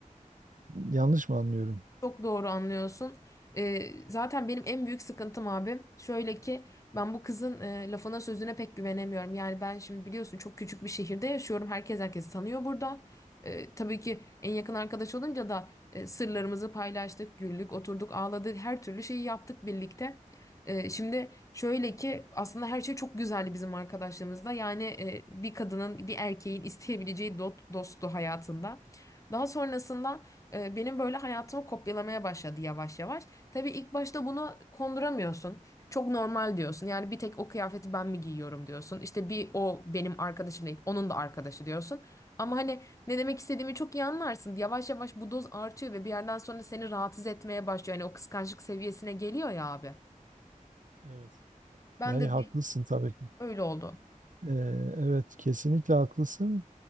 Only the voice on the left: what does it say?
Çok doğru anlıyorsun. Ee, zaten benim en büyük sıkıntım abim şöyle ki ben bu kızın e, lafına sözüne pek güvenemiyorum. Yani ben şimdi biliyorsun çok küçük bir şehirde yaşıyorum. Herkes herkesi tanıyor burada. Ee, tabii ki en yakın arkadaş olunca da e, sırlarımızı paylaştık, güldük, oturduk, ağladık, her türlü şeyi yaptık birlikte. Ee, şimdi şöyle ki aslında her şey çok güzeldi bizim arkadaşlığımızda. Yani e, bir kadının, bir erkeğin isteyebileceği dot- dosttu hayatında. Daha sonrasında e, Benim böyle hayatımı kopyalamaya başladı yavaş yavaş. Tabii ilk başta bunu konduramıyorsun. Çok normal diyorsun. Yani bir tek o kıyafeti ben mi giyiyorum diyorsun. İşte bir o benim arkadaşım değil, onun da arkadaşı diyorsun. Ama hani ne demek istediğimi çok iyi anlarsın. Yavaş yavaş bu doz artıyor ve bir yerden sonra seni rahatsız etmeye başlıyor. Yani o kıskançlık seviyesine geliyor ya abi.
Ben
de
de
öyle oldu.